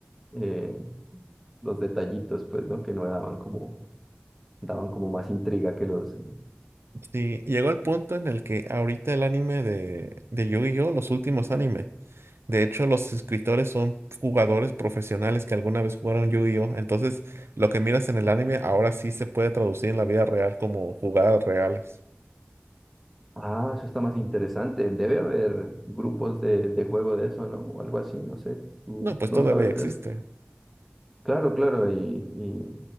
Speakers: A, in the centre; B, on the right (about 80°).
A: eh, los detallitos, pues, ¿no? Que no daban como, daban como más intriga que los... eh,
B: Sí, llegó el punto en el que ahorita el anime de, de Yu-Gi-Oh, los últimos anime, de hecho los escritores son jugadores profesionales que alguna vez jugaron Yu-Gi-Oh, entonces lo que miras en el anime ahora sí se puede traducir en la vida real como jugadas reales.
A: Ah, eso está más interesante, debe haber grupos de, de juego de eso, ¿no? O algo así, no sé, ¿tú
B: No, pues
A: no
B: todavía
A: sabes
B: existe.
A: de eso? Claro, claro, y, y